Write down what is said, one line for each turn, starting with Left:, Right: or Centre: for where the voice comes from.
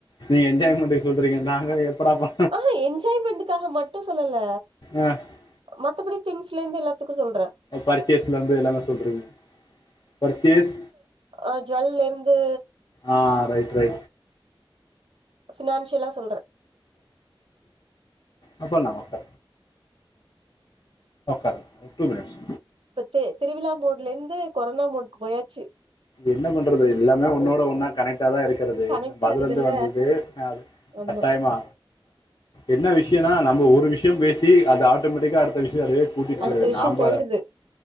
Left: நீங்க என்ஜாய்மென்ட்டுக்கு சொல்றீங்க நாங்க எப்படாப்பா
Right: ஆஹா என்ஜாய்மெண்ட்டுக்காக மட்டு சொல்லல
Left: ஆ
Right: மத்தபடி திங்ஸ்லருந்து எல்லாத்துக்கு சொல்ற
Left: பர்ச்சேஸ்லருந்து எல்லாமே சொல்றீங்க பர்ச்சேஸ்
Right: அ ஜுவல்லருந்து
Left: அ ரைட் ரை
Right: ஃபினான்ஷியலா சொல்ற
Left: ஆ பண்லா ஒர்க் ஒரு டூ மினிட்ஸ்
Right: இப்ப து திருவிழா மோட்லந்து கொரோனா மோடுக்கு போயாச்சு
Left: என்ன பண்றது எல்லாமே ஒன்னோட ஒன்னா கனெக்ட் டாதா இருக்கறது
Right: கனெக்ட்
Left: நம்ம அதுல
Right: ஆகுதுல்ல
Left: இருந்து வந்தது
Right: ஆமா
Left: கட்டாயமா என்ன விஷயனா நம்ம ஒரு விஷ்யோம் பேசி அது ஆட்டோமேட்டிக்கா அடுத்த விஷியோம் அதே முட்டி போடுது
Right: அடுத்த விஷயோ
Left: நாங்க
Right: போயிடுது